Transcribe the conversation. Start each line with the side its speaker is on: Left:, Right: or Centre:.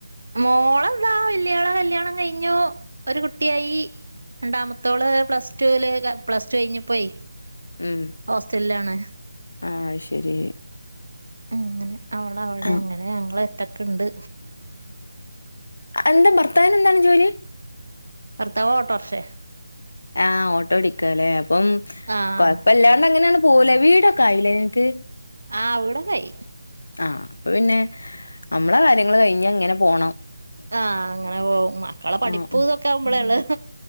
Right: മോളെന്താ വല്യാള കല്യാണം കഴിഞ്ഞു ഒരു കുട്ടിയായി. രണ്ടാമത്തോള് പ്ലസ് ടുല് പ്ലസ് ടു കഴിഞ്ഞപ്പോയി
Left: ഉം
Right: ഹോസ്റ്റലിലാണ്.
Left: ആഹ് ശരി
Right: അങ്ങനെ അവൾ അവിടെ
Left: ആഹ്.
Right: അങ്ങനെ ഞങ്ങൾ ഒറ്റക്കെ ഉണ്ട്.
Left: എന്താ ഭർത്താവിന് എന്താണ് ജോലി
Right: ഭർത്താവ് ഓട്ടോറിക്ഷ
Left: ആഹ് ഓട്ടോ ഓടിക്കല്ലേ അപ്പം
Right: ആഹ്
Left: കൊഴപ്പ ഇല്ലാണ്ട് അങ്ങനെയാണ് പോകും ലേ വീടൊക്കെ അയിലേ നിനക്ക്
Right: ആ വീട് ഒകെ ആയി
Left: ആ അപ്പൊ പിന്നെ നമ്മളെ കാര്യങ്ങൾ കഴിഞ്ഞ അങ്ങനെ പോണം.
Right: ആ അങ്ങനെ പോകും മക്കളെ പഠിപ്പ്
Left: ആഹ്
Right: ഇതൊക്കെ ആവുമ്പോളേള്ള
Left: ഉം